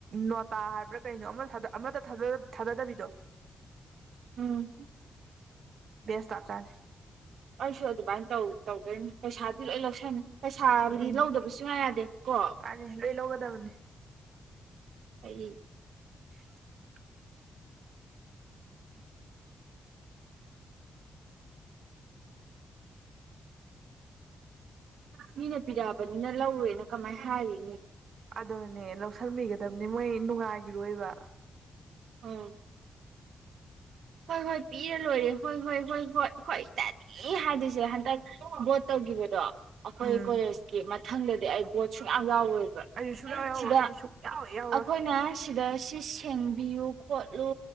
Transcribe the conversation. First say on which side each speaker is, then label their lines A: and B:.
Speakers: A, on the right; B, on the right.
A: ꯅꯣꯠ ꯇꯥ ꯍꯥꯏꯕ꯭ꯔꯥ ꯀꯩꯅꯣ ꯑꯃ ꯑꯃꯗ ꯊꯗ ꯊꯗꯗ ꯊꯥꯗꯗꯕꯤꯗꯣ
B: ꯎꯝ
A: ꯁ ꯇꯥꯇꯥꯔꯦ
B: ꯑꯩꯁꯨ ꯑꯗꯨꯃꯥꯏꯅ ꯇꯧ ꯇꯧꯗꯣꯏꯅꯦ ꯄꯩꯁꯥꯗꯤ ꯂꯣꯏ ꯂꯧꯁꯟ ꯄꯩꯁꯥꯗꯤ
A: ꯎꯝ
B: ꯂꯧꯗꯕ ꯁꯨꯡꯌꯥ ꯌꯥꯗꯦ ꯀꯣ
A: ꯃꯥꯅꯤ ꯂꯣꯏ ꯂꯧꯒꯗꯕꯅꯤ꯫
B: ꯑꯩ
A: <unintelligible>
B: ꯃꯤꯅ ꯄꯤꯔꯛꯑꯕꯅꯤꯅ ꯂꯧꯔꯦꯅ ꯀꯃꯥꯏꯅ ꯍꯥꯏꯔꯤ
A: ꯑꯗꯨꯅꯦ ꯂꯧꯁꯟꯕꯤꯒꯗꯕꯅꯤ ꯃꯣꯏ ꯅꯨꯡꯉꯥꯏꯒꯤꯔꯣꯏꯕ꯫
B: ꯑꯣ ꯍꯣꯏ-ꯍꯣꯏ ꯄꯤꯔ ꯂꯣꯏꯔꯦ ꯍꯣꯏ-ꯍꯣꯏ ꯍꯣꯏ-ꯍꯣꯏ ꯍꯣꯏ ꯇꯅꯤ ꯍꯥꯏꯗꯨꯁꯦ ꯍꯟꯗꯛ ꯕꯣꯠ ꯇꯧꯈꯤꯕꯗꯣ꯫ ꯑꯈꯣꯏ
A: ꯎꯝ
B: ꯀꯣꯂꯦꯁꯀꯤ ꯃ ꯊꯪꯗꯗꯤ ꯑꯩ ꯕꯣꯠ ꯁꯨꯡꯌꯥꯎ ꯌꯥꯎꯋꯦꯕ
A: ꯑꯩꯁꯨ ꯁꯨꯡꯌꯥꯎ ꯌꯥꯎꯔꯣꯏ
B: ꯁꯤꯗ
A: ꯑꯩꯁꯨ ꯁꯨꯡꯌꯥꯎ ꯌꯥꯎꯔꯣꯏ
B: ꯑꯩꯈꯣꯏꯅ ꯁꯤꯗ ꯁꯤ ꯊꯦꯡꯕꯤꯌꯨ ꯈꯣꯠꯂꯨ